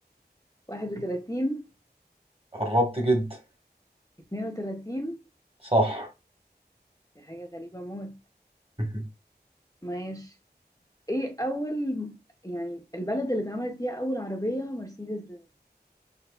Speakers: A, on the left; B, on the right.
A: 31
B: قربتي جدا
A: 32
B: صح
A: دي حاجة غريبة موت
B: <laughs>
A: ماشي ايه اول يعني البلد اللي اتعملت فيها اول عربية مرسيدس بنز